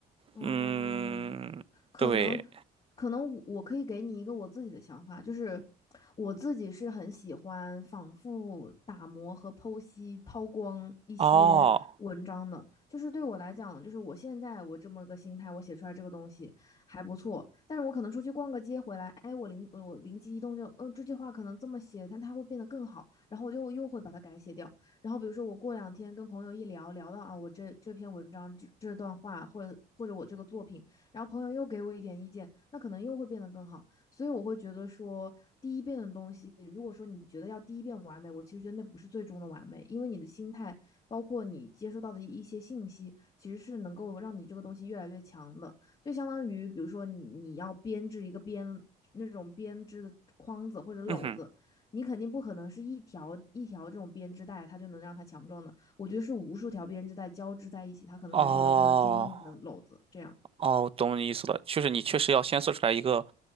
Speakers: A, on the left; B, on the right.
A: 哦，
B: 嗯，
A: 可能
B: 对，
A: 可能我可以给你一个我自己的想法，就是我自己是很喜欢反复打磨和剖析、抛光一些文章的。
B: 哦，
A: 就是对我来讲，就是我现在我这么个心态，我写出来这个东西还不错，但是我可能出去逛个街回来，哎，我灵我灵机一动就，嗯，这句话可能这么写，但它会变得更好，然后我就又会把它改写掉。然后比如说我过两天跟朋友一聊，聊到啊，我这这篇文章这这段话，或者或者我这个作品。然后朋友又给我一点意见，那可能又会变得更好。所以我会觉得说，第一遍的东西，如果说你觉得要第一遍完美，我其实觉得那不是最终的完美，因为你的心态，包括你接收到的一些信息，其实是能够让你这个东西越来越强的。就相当于，比如说你你要编织一个编那种编织的筐子或者篓子，
B: 嗯哼，
A: 你肯定不可能是一条一条这种编织带，它就能让它强壮的。我觉得是无数条编织带交织在一起，它可能才是一个非常坚硬的篓子。
B: 哦。
A: 这样，
B: 哦，懂你意思了，就是你确实要先做出来一个